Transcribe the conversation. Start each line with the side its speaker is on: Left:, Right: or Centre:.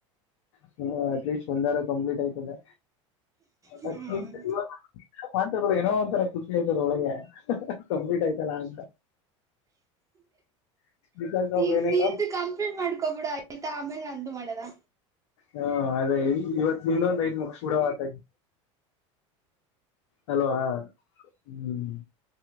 Left: ಹ್ಮಂ ಅಟ್ಲೀಸ್ಟ್ ಒಂದರ ಕಂಪ್ಲೀಟ್ ಆಯಿತಲ್ಲಾ.
Right: ಹ್ಮ್
Left: ತತ್ತಿ ಇಂದಾ. <unintelligible> ಮಾತಾಡೋವಾಗ ಏನೋ ಒಂಥರಾ ಖುಷಿ ಆಯ್ತದೆ ಒಳಗೆ ಆಹಾ ಕಂಪ್ಲೀಟ್ ಆಯ್ತಲ್ಲ ಅಂತ ಬಿಕಾಸ್ ಆಫ್
Right: ಈಗ
Left: ಏನೇನೋ
Right: ನಿಂದು ಕಂಪ್ಲೇಂಟ್ ಮಾಡ್ಕೊಬಿಡ ಯ್ತ ಆಮೇಲೆ ನಂದು ಮಾಡದಾ
Left: ಹಾ ಅದೇ ಇವತ್ತು ನಿಂದೊಂದ ಐ್ ಮುಕ್ಷುೂಡಾ ಆತ ಹಲೋ ಹಾ ಹ್ಮ್